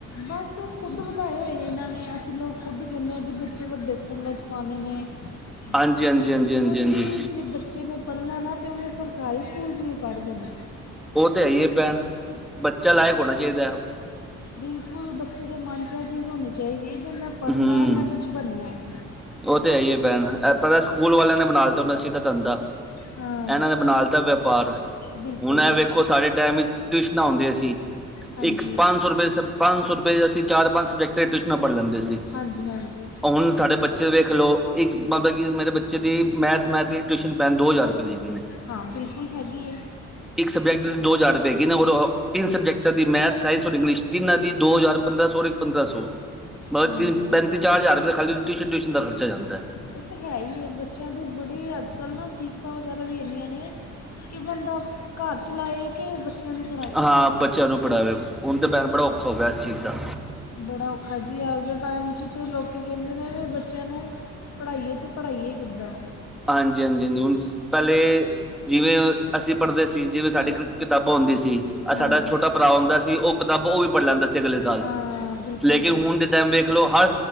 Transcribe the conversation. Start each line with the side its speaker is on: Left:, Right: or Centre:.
Left: ਬਸ ਖੁਦ ਵਧਾਏ ਹੋਏ ਨੇ ਇਹਨਾਂ ਨੇ, ਅਸੀਂ ਲੋਕ ਖੁਦ ਕਹਿੰਦੇ ਹਾਂ ਜੀ ਬੱਚੇ ਵੱਡੇ ਸਕੂਲਾਂ 'ਚ ਪਾਵਾਣੇ ਨੇ,
Centre: ਹਾਂਜੀ ਹਾਂਜੀ
Left: ਦੇਖੋ
Centre: ਹਾਂਜੀ ਹਾਂਜੀ ਹਾਂਜੀ
Left: ਜੀ ਜੇ ਬੱਚੇ ਨੇ ਪੜ੍ਹਨਾ ਏ ਨਾ ਤੇ ਉਹਨੇ ਸਰਕਾਰੀ ਸਕੂਲ ਚ ਵੀ ਪੜ੍ਹ ਜਾਣਾ।
Centre: ਉਹ ਤਾਂ ਹੈ ਹੀ ਹੈ ਭੈਣ, ਬੱਚਾ ਲਾਇਕ ਹੋਣਾ ਚਾਹੀਦਾ।
Left: ਬਿਲਕੁਲ ਬੱਚੇ ਦੇ ਮਨ 'ਚ ਇਹ ਚੀਜ਼ ਹੋਣੀ ਚਾਹੀਦੀ, ਕਿ ਮੈਂ ਪੜ੍ਹਨਾ
Centre: ਹੂੰ
Left: ਹੈ ਮੈਂ ਕੁਛ ਬਣਨਾ ਹੈ।
Centre: ਉਹ ਤੇ ਹੈ ਹੀ ਹੈ ਭੈਣ, ਪਹਿਲਾਂ ਸਕੂਲ ਵਾਲਿਆਂ ਨੇ ਬਣਾ ਦਿਤਾ <unintelligible> ਸੀ ਦਾ ਧੰਦਾ।
Left: ਹਾਂ
Centre: ਇਹਨਾਂ ਨੇ ਬਣਾ ਲਿਤਾ ਵਪਾਰ।
Left: ਬਿਲਕੁਲ
Centre: ਹੁਣ
Left: ਬਿਲਕੁਲ
Centre: ਇਹ ਵੇਖੋ ਸਾਡੇ ਟਾਈਮ ਵਿੱਚ ਟਿਊਸ਼ਨਾ ਹੋਣ ਦੀਆਂ ਸੀ।
Left: ਹਾਂਜੀ
Centre: ਇੱਕ ਪੰਜ ਸੌ ਰੁਪਏ ਸ ਪੰਜ ਸੌ ਰੁਪਏ ਅਸੀਂ ਚਾਰ ਪੰਜ ਸਬਜੈਕਟਾਂ ਟਿਊਸ਼ਨਾਂ ਪੜ੍ਹ ਲੈਂਦੇ ਸੀ, ਤਾ
Left: ਹਾਂਜੀ ਹਾਂਜੀ
Centre: ਹੁਣ ਸਾਡੇ ਬਚ ਬੱਚੇ ਵੇਖ ਲਓ ਇੱਕ ਮਤਲਬ ਕਿ ਮੇਰੇ ਬੱਚੇ ਦੀ ਮੈਥ- ਮੈਥ ਦੀ ਟਿਊਸ਼ਨ ਭੈਣ ਦੋ ਹਜ਼ਾਰ ਰੁਪਏ ਦੀ ਹੈਗੀ ਨੇ।
Left: ਹਾਂ, ਬਿਲਕੁਲ ਹੈਗੀ ਐ।
Centre: ਇੱਕ ਸਬਜੈਕਟ ਦੇ ਦੋ ਹਜ਼ਾਰ ਰੁਪਏ ਦੀ ਹੈਗੀ ਨੇ, ਔਰ ਤਿੰਨ ਸਬਜੈਕਟ ਦੀ ਮੈਥ, ਸਾਇੰਸ ਔਰ ਇੰਗਲਿਸ਼ ਤਿੰਨਾਂ ਦੀ ਦੋ ਹਜ਼ਾਰ ਪੰਦਰਾਂ ਸੌ ਔਰ ਇਕ ਪੰਦਰਾਂ ਸੌ। ਬਸ
Left: ਹਾਂ
Centre: ਤੀ, ਪੈਂਤੀ ਚਾਰ ਹਜ਼ਾਰ ਰੁਪਏ ਖਾਲੀ ਟਿਊਸ਼ਨ, ਟਿਊਸ਼ਨ ਦਾ ਖਰਚਾ ਜਾਂਦਾ।
Left: ਉਹ ਤਾਂ ਹੈ ਹੀ ਹੈ, ਬੱਚਿਆਂ ਦੇ ਬੜੇ ਅੱਜ ਕੱਲ੍ਹ ਨਾ ਫੀਸਾਂ ਵਗੈਰਾ ਵੀ ਇੰਨੀਆਂ ਨੇ। ਕਿ ਬੰਦਾ ਘਰ ਚਲਾਏ, ਕਿ ਬੱਚਿਆਂ ਨੂੰ ਪੜ੍ਹਾਏ।
Centre: ਹਾਂ ਬੱਚਿਆਂ ਨੂੰ ਪੜਾਵੇ ਹੁਣ ਤੇ ਭੈਣ ਬੜਾ ਔਖ ਹੋ ਗਿਆ ਇਸ ਚੀਜ਼ ਦਾ।
Left: ਬੜਾ ਔਖਾ ਜੀ ਅੱਜ ਦੇ ਟਾਈਮ ਚ ਅਤੇ ਲੋਕੀ ਕਹਿੰਦੇ ਨੇ ਵੀ ਬੱਚਿਆਂ ਨੂੰ ਪੜ੍ਹਾਈਏ ਤੇ ਪੜ੍ਹਾਈਏ ਕਿੱਦਾਂ।
Centre: ਹਾਂਜੀ-ਹਾਂਜੀ ਜੀ ਹੁਣ ਪੇਹਲੇ ਜਿਵੇਂ ਅਸੀਂ ਪੜ੍ਹਦੇ ਸੀ ਜਿਵੇਂ ਸਾਡੀ ਕਿਤਾਬਾਂ ਹੂੰਦੀ ਸੀ। ਆ
Left: ਹਾਂਜੀ
Centre: ਸਾਡਾ ਛੋਟਾ ਭਰਾ ਹੁੰਦਾ ਸੀ ਓ ਕਿਤਾਬ ਓ ਵੀ ਪੜ੍ਹ ਲੈਂਦਾ ਸੀ ਅਗਲੇ ਸਾਲ
Left: ਹਾਂ ਬਿਲਕੁਲ
Centre: ਲੇਕਿਨ
Left: ਜੀ
Centre: ਹੁਣ ਦੇ ਟਾਈਮ ਵੇਖ ਲੌ ਹਰ